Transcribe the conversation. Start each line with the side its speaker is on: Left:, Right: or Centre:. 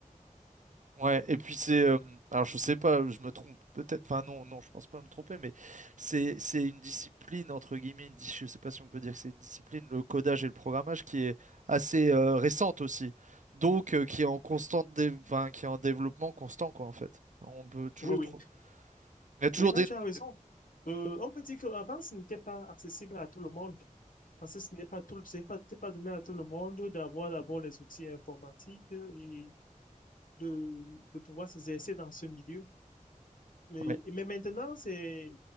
Right: Ouais, et puis c'est euh, alors je sais pas, je me trompe peut-être, enfin non, non, je pense pas me tromper, mais c'est c'est une discipline entre guillemets, une dis- je sais pas si on peut dire que c'est une discipline, le codage et le programmage qui est assez euh, récente aussi. Donc euh, qui est en constante dé- enfin, qui est en développement constant quoi en fait. On peut toujours
Left: Oui, oui.
Right: trouver. Il y a toujours
Left: Oui, là,
Right: des
Left: tu as raison. Euh, on peut dire qu'avant, ce n'était pas accessible à tout le monde. Parce que ce n'est pas tout, ce n'est pas, c'était pas donné à tout le monde d'avoir d'abord les outils informatiques et de, de pouvoir s'exercer dans ce milieu. Mais,
Right: Ouais,
Left: mais maintenant, c'est,